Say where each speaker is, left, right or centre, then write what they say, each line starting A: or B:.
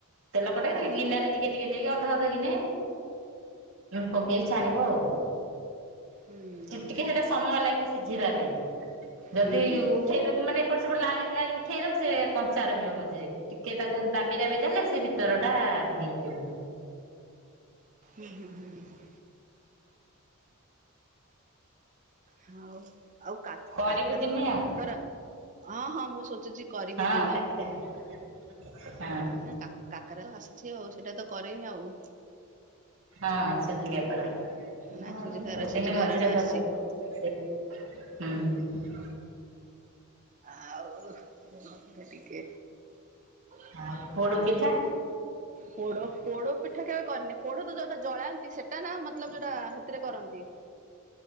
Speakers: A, on the right; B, on the right.
A: ତେଲ କଢାରେ
B: ହୁଁ
A: ଖାଲି ଗିନାରେ
B: ହୁଁ
A: ଟିକେ ଟିକେ ନେଇକି ଅଧ ଅଧ ଗିନେ ପକେଇକି ଛାଣିବ ଆଉ।
B: ହୁଁ ହୁଁ
A: କେତିକି
B: ହୁଁ ହୁଁ
A: ହେଟା ସମୟ ଲାଗିବ ସିଝିବା ପାଇଁ ଯଦି-ଇ-ଇ-ଇ
B: ହୁଁ ହୁଁ ହୁଁ
A: ଉଠେଇ ଦବୁ ମାନେ ଏପଟେ ସେପଟେ ଲାଲ୍ ହେଲାବୋଲି ଉଠେଇଦବୁ ସେ କଂଞ୍ଚା ରହିବ ମଝିରେ। ଟିକେ ତାକୁ ଦାବି ଦାବି ଦେଲେ ସେ ଭିତରଟା ହେଇଯିବ।
B: ହୁଁ ହୁଁ ହୁଁ ହୁଁ। ହଉ, ଆଉ କାକ
A: କରିବୁ
B: କାକରା
A: ଦିନେ
B: ନା
A: ଆଉ
B: କାକରା, ହଁ ହଁ ମୁଁ ସୋଚୁଛି କରିବି
A: ହଁ
B: ଦିନେ।
A: କାକରା ହଁ,
B: କାକ କାକରା ତ ଆସିଛି ଆଉ ସେଇଟା ତ କରେଇ ଆଉ।
A: ହଁ ସୁଜି କାକେରା। <inaudible>
B: ନା ସୁଜି କାକରା ସୁଜି
A: ଦିନେ
B: କାକରା
A: ମଝିରେ
B: ଟା ଆସିଛି
A: କରିଦେବୁ ସେ ହୁଁ।
B: ଆଉ <unintelligible> ଟିକେ <unintelligible>
A: ଆଉ ପୋଡ
B: ହ
A: ପିଠା
B: ପୋଡ ପୋଡପିଠା କେବେ କରିନି ପୋଡ ତ ଯୋଉଟା ଜଳାନ୍ତି, ସେଟା ନା ମତଲପ୍ ଯୋଉଟା ହେଥିରେ କରନ୍ତି।